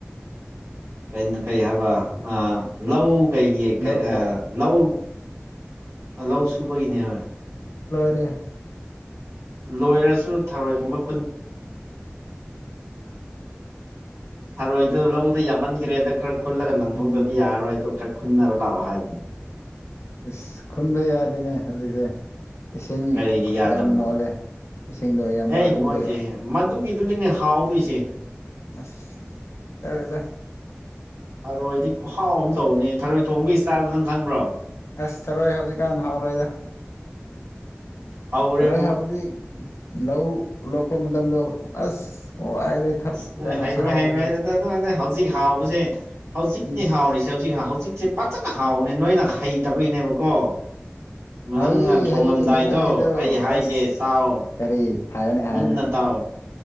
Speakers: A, on the right; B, on the left.
A: ꯀꯩꯅꯣ ꯀꯩ ꯍꯥꯏꯕ ꯂꯧ ꯀꯩꯒꯤ
B: ꯂꯧ
A: ꯂꯧ ꯂꯧ ꯁꯨꯕꯒꯤꯅꯦ ꯍꯣꯏ
B: <unintelligible>
A: ꯂꯣꯏꯔꯁꯨ ꯊꯔꯣꯏꯒꯨꯝꯕꯠ ꯊꯔꯣꯏꯗꯣ ꯂꯧꯕꯗꯤ ꯌꯝꯃꯟꯒꯔꯦ ꯂꯧꯕ ꯂꯥꯑꯣ ꯍꯥꯏ ꯇꯔꯦꯗ ꯈꯔ ꯈꯨꯜꯂꯒ ꯂꯪꯊꯣꯛꯇ꯭ꯔꯗꯤ
B: ꯎꯝ
A: ꯌꯥꯔꯔꯣꯏ ꯑꯗꯣ ꯈꯔ ꯈꯨꯟꯅꯕ ꯂꯥꯛꯑꯣ ꯍꯥꯏꯕꯅꯦ
B: ꯑꯁ ꯈꯨꯟꯗ ꯌꯥꯗꯦꯅꯦ ꯍꯧꯖꯤꯛꯁꯦ ꯏꯁꯤꯡ
A: ꯀꯔꯤꯒꯤ ꯌꯥꯗꯕꯅꯣ
B: ꯌꯥꯝ ꯃꯣꯠꯂꯦ ꯏꯁꯤꯡꯗꯣ ꯌꯥꯝ
A: ꯍꯩ
B: ꯃꯣꯠꯂꯦ
A: ꯃꯣꯠꯇꯦ
B: ꯎꯗꯦꯕ
A: ꯑꯗꯨꯒꯤꯗꯨꯅꯤꯅꯦ ꯍꯥꯎꯗꯣꯏꯁꯦ
B: ꯑꯁ ꯇꯜꯂꯦꯗ
A: ꯑ ꯏꯗꯤ ꯀꯍꯥ ꯑꯣ ꯇꯅꯦ ꯊꯔꯣꯏ ꯊꯣꯡꯕ ꯏꯁꯇꯥꯜꯗꯣ ꯈꯪꯕ꯭ꯔꯣ
B: ꯑꯁ ꯊꯔꯣꯏ ꯍꯧꯖꯤꯛꯀꯥꯟ ꯍꯥꯎꯔꯣꯏꯗ
A: ꯍꯧꯎꯔꯦ
B: ꯊꯔꯣꯏ
A: ꯃꯨꯛ
B: ꯍꯥꯎꯕꯗꯤ ꯂꯧ ꯂꯣꯛꯄ ꯃꯇꯝꯗꯣ ꯑꯁ ꯑꯣ ꯑꯩꯗꯩ
A: ꯑꯁ ꯅꯣꯏ
B: ꯀꯩꯅꯣ
A: ꯍꯩꯔꯣꯏ
B: ꯁ ꯍꯥꯎꯕꯁꯦ
A: ꯍꯩꯔꯣꯏ ꯑꯗꯨꯗ ꯑꯗꯨ ꯅꯣꯏ ꯍꯧꯖꯤꯛ ꯍꯥꯎꯕꯁꯦ ꯍꯧꯖꯤꯛꯤ
B: ꯏꯁ
A: ꯍꯥꯎꯔꯤꯁꯦ ꯍꯧꯖꯤꯛ ꯍꯧꯖꯤꯛ ꯖꯤꯛ ꯐꯖꯅ ꯍꯥꯎꯅꯦ ꯅꯣꯏꯅ ꯍꯩꯇꯕꯩꯅꯦꯕꯀꯣ
B: ꯍꯩꯌꯦ
A: ꯅꯪꯅ ꯊꯣꯡꯉꯝꯗꯥꯏꯗꯣ
B: ꯍꯩꯌꯦ ꯀꯩꯅꯣꯒꯤꯗꯣ
A: ꯑꯩ ꯍꯥꯏꯒꯦ
B: ꯑꯁ
A: ꯇꯥꯎ
B: ꯀꯔꯤ ꯍꯥꯏꯌꯣꯅꯦ
A: ꯃꯟꯅ
B: ꯍꯥꯏꯌꯣꯅꯦ
A: ꯇꯥꯎ